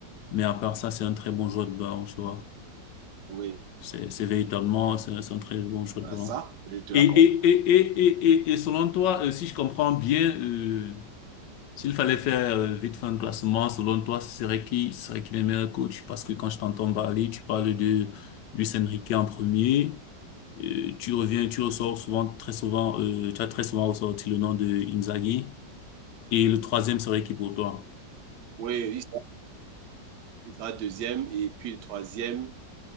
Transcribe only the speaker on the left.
Mais à part ça, c'est un très bon joueur de ballon, tu vois.
C'est, c'est véritablement, c'est un, c'est un très bon joueur
de ballon.
Et, et, et, et, et, et, et selon toi, euh, si je comprends bien, euh, s'il fallait faire euh, vite fait un classement, selon toi, ce serait qui ce serait qui les meilleurs coachs? Parce que quand je t'entends parler, tu parles de Luis Enrique en premier. Euh, tu reviens, tu ressors souvent, très souvent, euh, tu as très souvent ressorti le nom de Inzaghi. Et le troisième serait qui pour toi?